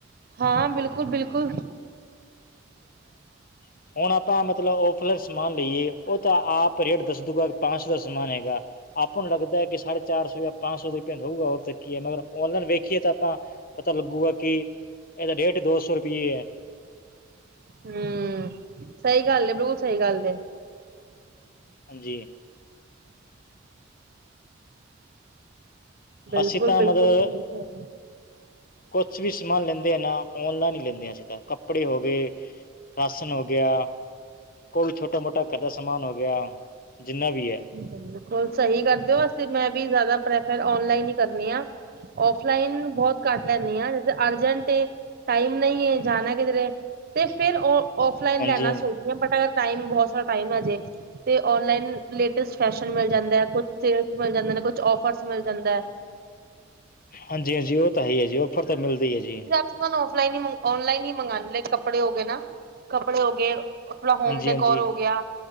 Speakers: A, on the right (about 50°); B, on the left (about 45°).
A: ਹਾਂ, ਬਿਲਕੁਲ- ਬਿਲਕੁਲ।
B: ਹਮ। ਹੁਣ ਆਪਾਂ ਮਤਲਬ ਆਫਲਾਈਨ ਸਮਾਨ ਲਈਏ। ਉਹ ਤਾਂ ਆਪ ਰੇਟ ਦੱਸ ਦੂਗਾ ਕਿ ਪੰਜ ਸੌ ਦਾ ਸਮਾਨ ਹੈਗਾ। ਆਪਾਂ ਨੂੰ ਲੱਗਦਾ ਹੈ ਕਿ ਸਾਢੇ ਚਾਰ ਸੌ ਜਾਂ ਪੰਜ ਸੌ ਦੀ ਰਿਪੀਆ ਹੋਊਗਾ ਹੋਰ ਤਾਂ ਕੀ ਹੈ ਮਗਰ ਆਨਲਾਈਨ ਵੇਖੀਏ ਤਾਂ ਆਪਾਂ। ਪਤਾ ਲੱਗੂਗਾ ਕਿ ਇਹਦਾ ਰੇਟ ਦੋ ਸੌ ਰੁਪਈਏ ਹੈ।
A: ਹਮ, ਸਹੀ ਗੱਲ ਹੈ। ਬਿਲਕੁਲ ਸਹੀ ਗੱਲ।
B: ਹਾਂਜੀ।
A: ਬਿਲਕੁਲ
B: ਅਸੀਂ ਤਾਂ
A: ਬਿਲਕੁਲ
B: ਮਤਲਬ
A: ਠੀਕ ਹੈਗਾ ਐ।
B: ਕੁਛ ਵੀ ਸਮਾਨ ਲੈਂਦੇ ਆ ਨਾ, ਔਨਲਾਈਨ ਈ ਲੈਂਨੇ ਆ ਅਸੀਂ ਤਾਂ। ਕੱਪੜੇ ਹੋ ਗੇ ਰਾਸ਼ਨ ਹੋ ਗਿਆ ਕੋਈ ਛੋਟਾ ਮੋਟਾ ਘਰ ਦਾ ਸਮਾਨ ਹੋ ਗਿਆ, ਜਿੰਨਾ ਵੀ ਐ।
A: ਬਿਲਕੁਲ ਸਹੀ ਕਰਦੇ ਓ, ਅਸੀਂ ਮੈਂ ਵੀ ਜ਼ਿਆਦਾ ਪ੍ਰੈਫਰ ਔਨਲਾਈਨ ਈ ਕਰਨੀ ਆਂ। ਔਫਲਾਈਨ ਬਹੁਤ ਘੱਟ ਲੈਂਨੀ ਆਂ, ਜੇ ਅਰਜੈਂਟ ਏ, ਟਾਈਮ ਨਹੀਂ ਏ ਜਾਣਾ ਕਿਧਰੇ ਤੇ ਫਿਰ ਔ-ਔਫਲਾਈਨ
B: ਹਾਂਜੀ
A: ਲੈਣਾ
B: ਹਾਂਜੀ
A: ਸੋਚਦੀ ਆਂ। ਬਟ ਅਗਰ ਟਾਈਮ ਬਹੁਤ ਸਾਰਾ ਟਾਈਮ ਏ ਜੇ ਔਨਲਾਈਨ ਲੇਟਸਟ ਫੈਸ਼ਨ ਮਿਲ ਜਾਂਦੈ, ਕੁਛ ਸੇਲਸ ਮਿਲ ਜਾਂਦੇ ਨੇ, ਕੁਛ ਔਫਰ ਮਿਲ ਜਾਂਦਾ ਐ।
B: ਹਾਂਜੀ ਹਾਂਜੀ ਉਹ ਤਾਂ ਹੈ ਈ ਐ ਜੀ, ਔਫਰ ਤਾਂ ਮਿਲਦੇ ਐ ਜੀ।
A: ਹੁਣ ਔਫਲਾਈਨ ਈ ਔਨਲਾਈਨ ਈ ਮੰਗਾਂਨੀ, ਲਾਈਕ ਕੱਪੜੇ ਹੋ ਗੇ ਨਾ, ਕੱਪੜੇ ਹੋ ਗੇ ਉਤਲਾ ਹੋਮ
B: ਹਾਂਜੀ
A: ਡਕੋਰ
B: ਹਾਂਜੀ
A: ਹੋ ਗਿਆ।